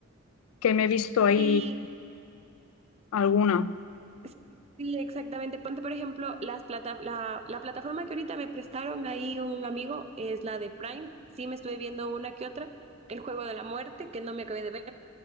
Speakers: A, on the left (about 90°); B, on the right (about 30°).
A: que me he visto ahí
B: Sí,
A: alguna.
B: sí, sí, exactamente. Ponte, por ejemplo, las plata- la, la plataforma que ahorita me prestaron ahí un amigo es la de Prime. Sí, me estuve viendo una que otra. El juego de la muerte, que no me acabé de ver,